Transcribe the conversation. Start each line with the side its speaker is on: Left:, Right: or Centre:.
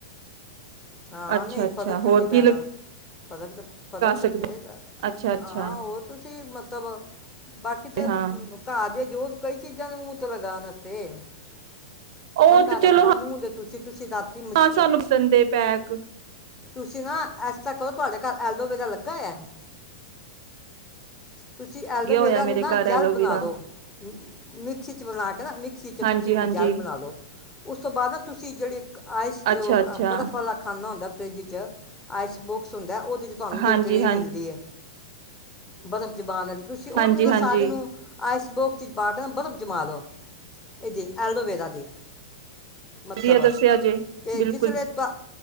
Left: ਹਾਂ
Right: ਅੱਛਾ
Left: ਨਹੀਂ
Right: ਅੱਛਾ
Left: ਫਰਕ ਕਿਉਂ
Right: ਹੋਰ
Left: ਨਹੀਂ ਪੈਣਾ
Right: ਕੀ ਲਗਾ
Left: ਫਰਕ ਤੇ
Right: ਸਕਦੇ
Left: ਪਏਗਾ
Right: ਅੱਛਾ ਅੱਛਾ
Left: ਹਾਂ ਉਹ ਤੁਸੀਂ ਮ ਤਬ <unintelligible> ਬਾਕੀ ਤੇ
Right: ਹਾਂ
Left: ਘਾਹ ਜੇ ਜੋ <unintelligible> ਕਈ ਚ ਜਾਨ ਮੁ ਤੋਂ ਬਗਾਾ ਨਸਤੇ <unintelligible>
Right: ਉਹ
Left: ਠੰਡਾ
Right: ਤੇ
Left: ਰੱਖਣਾ
Right: ਚਲੋ
Left: ਮੂੰਹ ਦੇ ਤੁਸੀਂ ਤੁਸੀਂ ਰਾਤੀ ਮਸ-
Right: ਹਾਂ ਸਾਨੂੰ ਸੰਦੇ ਪੈਕ <unintelligible> ਕੁ <unintelligible>
Left: ਤੁਸੀਂ ਨਾ ਇਸ ਤਰ੍ਹਾਂ ਕਰੋ ਤੁਹਾਡੇ ਘਰ ਐਲੋਵੇਰਾ ਲੱਗਾ ਹੋਇਆ ਹੈ ਤੁਸੀਂ ਐਲੋਵੇਰਾ
Right: ਗਿਆ ਹੋਇਆ ਮੇਰੇ
Left: ਨੂੰ ਨਾ
Right: ਘਰ
Left: ਜੈਲ
Right: ਐਲੋਵੀਰਾ
Left: ਬਣਾ ਦਿਉ ਮ ਖਿੱਚ ਬਲਾ ਕੇ <unintelligible> ਮਿਕਸੀ ਚ
Right: ਹਾਂਜੀ
Left: ਤੁਸੀਂ ਉਹਨੂੰ
Right: ਹਾਂਜੀ
Left: ਜੈਲ ਬਣਾ ਲੋ ਉਸ ਤੋਂ ਬਾਅਦ ਨਾ ਤੁਸੀਂ ਜਿਹੜੀ ਆਈਸ
Right: ਅੱਛਾ ਅੱਛਾ
Left: ਬਰਫ਼ ਖਾਨਾ ਹੁੰਦਾ ਫ੍ਰਿੱਜ ਚ ਆਈ ਬੋਕਸ ਹੁੰਦਾ ਉਹਦੇ ਚ ਤੁਹਾਨੂੰ
Right: ਹਾਂਜੀ
Left: ਜੇੜੀ ਟ੍ਰੇ
Right: ਹਾਂਜੀ
Left: ਮਿਲਦੀ ਏ ਬਰਫ਼ ਜਮਾਨ ਵਾਲੀ ਤੁਸੀਂ ਉਹਨੂੰ
Right: ਹਾਂਜੀ
Left: ਨਾ
Right: ਹਾਂਜੀ
Left: ਸਾਰੇ ਨੂੰ ਆਈਸਬੋਕਸ ਵਿੱਚ ਪਾ ਕੇ ਨਾ ਬਰਫ਼ ਜਮਾ ਲਓ ਇਹਦੀ ਐਲੋਵੇਰਾ ਦੀ ਮਤਲਬ
Right: ਵਧੀਆ ਦੱਸਿਆ ਜੇ
Left: ਤੇ
Right: ਬਿਲਕੁਲ
Left: ਜਿਸ ਲੇ ਤਾਂ